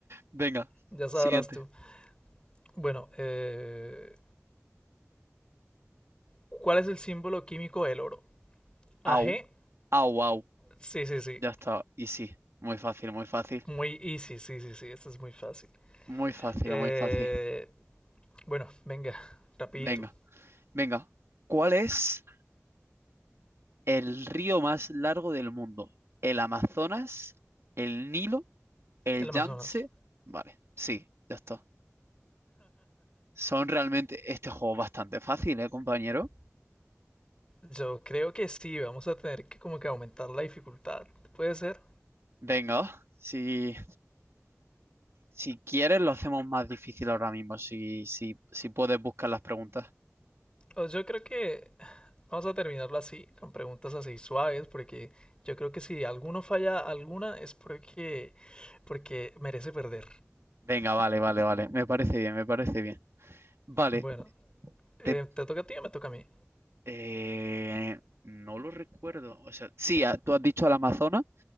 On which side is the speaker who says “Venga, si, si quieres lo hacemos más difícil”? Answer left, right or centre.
Right